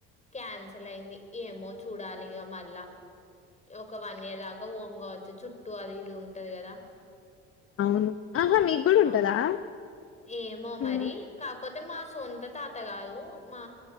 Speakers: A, on the left (about 25°); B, on the left (about 50°).
A: క్యాన్సల్ అయింది ఏమో చూడాలిగా మళ్ళా ఒక వన్ ఇయర్ దాకా హఓమ్ కావచ్చు చుట్టూ అది ఇది ఉంటది కదా
B: అవును ఆహా మీకు కూడా ఉంటదా
A: ఆ ఏమో మరి
B: ఉ
A: కాకపోతే మా సొంత తాత కాదు మా